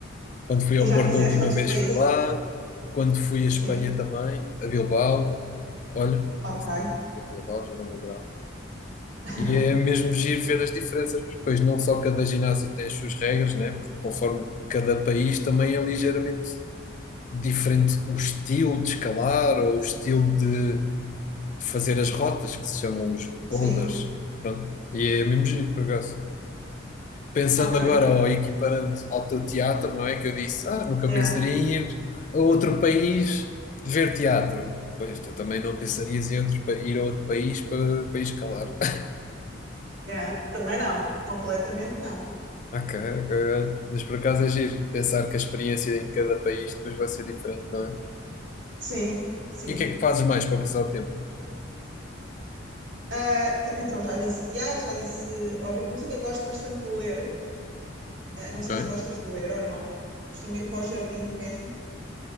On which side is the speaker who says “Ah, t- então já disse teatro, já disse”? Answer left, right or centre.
Right